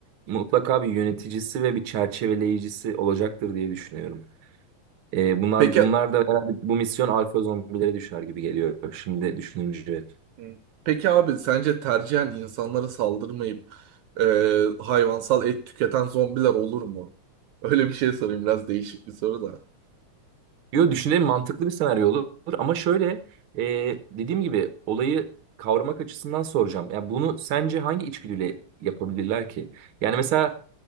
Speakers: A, on the right; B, on the right.
A: mutlaka bir yöneticisi ve bir çerçeveleyicisi olacaktır diye düşünüyorum. E, bunlar
B: Peki
A: bunlar da herhalde bu misyon alfa zombilere düşer gibi geliyor şimdi düşününce.
B: Hı. Peki abi sence tercihen insanlara saldırmayıp e, hayvansal et tüketen zombiler olur mu? Öyle bir şey sorayım biraz değişik bir soru da.
A: Yo düşünelim mantıklı bir senaryo olur ama şöyle e, dediğim gibi olayı kavramak açısından soracağım. Ya bunu sence hangi içgüdüyle yapabilirler ki? Yani mesela